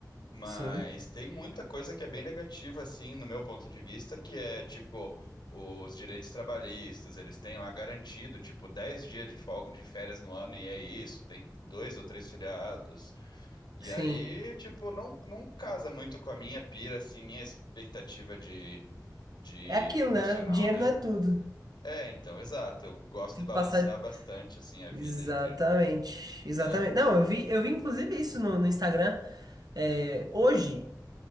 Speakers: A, on the left; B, on the right.
A: mas
B: sim,
A: tem muita coisa que é bem negativa, assim, no meu ponto de vista, que é tipo os direitos trabalhistas, eles têm lá garantido, tipo, 10 dias de folga de férias no ano, e é isso, tem dois ou três feriados. E
B: sim.
A: aí, tipo, não, não casa muito com a minha pira, assim, minha expectativa de, de
B: É aquilo,
A: profissional,
B: né? O dinheiro
A: né?
B: não é tudo.
A: É, então, exato. Eu gosto
B: Tem
A: de balancear
B: que passar.
A: bastante, assim, a vida
B: Exatamente,
A: entre,
B: exatamente.
A: né?
B: Não, eu vi, eu vi inclusive isso no, no Instagram. É, hoje,